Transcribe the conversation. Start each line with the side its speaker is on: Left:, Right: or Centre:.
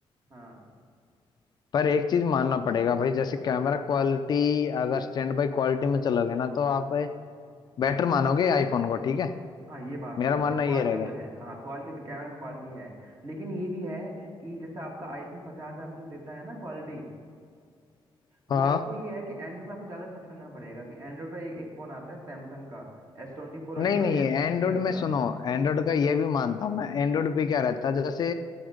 Right: हाँ
Left: पर एक चीज मानना पड़ेगा भाई जैसे कैमरा क्वालिटी अगर स्टैंड बाय क्वालिटी में चलोगे ना तो आप बेटर मानोगे आईफोन को ठीक है
Right: हाँ ये बात
Left: मेरा
Right: तो है
Left: मानना
Right: भाई क्वालिटी
Left: ये रहेगा
Right: तो है कहाँ क्वालिटी तो कैमरा में क्वालिटी है लेकिन ये भी है कि जैसे आपका आईफोन पचास हजार में जो देता है ना क्वालिटी वो
Left: हाँ
Right: आपको ये है कि एंड्रॉइड में आपको ज़्यादा खर्च करना पड़ेगा कि एंड्रॉइड का एक, एक फ़ोन आता है सैमसंग का एस ट्वेंटी फोर अल्ट्रा
Left: नहीं नहीं
Right: या एस
Left: एंड्रॉइड
Right: ट्वेंटी थ्री अल्ट्रा
Left: में सुनो एंड्रॉइड का ये भी मानता हूँ मैं एंड्रॉइड पे क्या रहता है जैसे